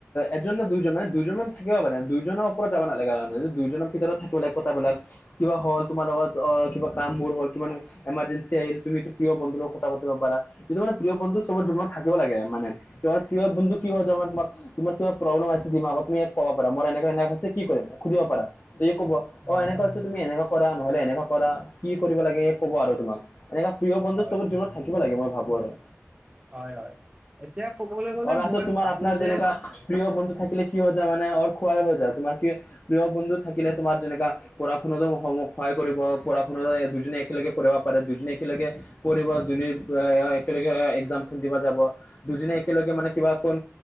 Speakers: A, on the left; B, on the right.
A: এজন নে দুইজন মানে দুইজন মান থাকিব পাৰে দুইজনৰ ওপৰত যাব নালাগে তাৰমানে যদি দুইজনত ভিতৰত থাকিব লে কথাবিলাক কিবা হ'ল তোমাৰ লগত অ কিবা কাম বোৰ হল কিবা এমাৰজেঞ্চি আহিল তুমিতো প্ৰিয় বন্ধু লগত কথা পাতিব পাৰা যিটো মানে প্ৰিয় বন্ধু চবৰ জীৱনত থাকিব লাগে মানে প্ৰিয় বন্ধু কি হয় যে মই তোমাক তোমাৰ কিবা প্ৰব্লেম আছে ডিমাকত তুমি কব পাৰা মই এনেকে এনে হৈছে কি কৰিম সুধিব পাৰা। সি কব অ
B: হয়
A: এনেকোৱা
B: হয়
A: আছে তুমি এনেকোৱা কৰা নহলে এনেকোৱা কৰা কি কৰিব লাগে সে কব আৰু তোমাক এনেকোৱা প্ৰিয় বন্ধু
B: হয়
A: চবৰ জীৱনত থাকিব লাগে মই ভাবো আৰু-
B: হয় হয়, এতিয়া ক'বলৈ গলে
A: আৰু তাৰপিছত
B: মই
A: তোমাৰ
B: ভাবো
A: আপোনাৰ
B: যে
A: যেনেকা প্ৰিয় বন্ধু থাকিলে কি হৈ যায় মানে অৰ খুৱাই হৈ যায় তোমাৰ কি প্ৰিয় বন্ধু থাকিলে তোমাৰ যেনেকা পঢ়া শুনাতো সহায় কৰিব পঢ়া শুনাতো দুজনী একেলগে পঢ়িব পাৰে দুজনী একেলগে- পঢ়িব যোনে এ একেলগে একজামখন দিব যাব। দুইজনে একেলগে মানে কিবা অকন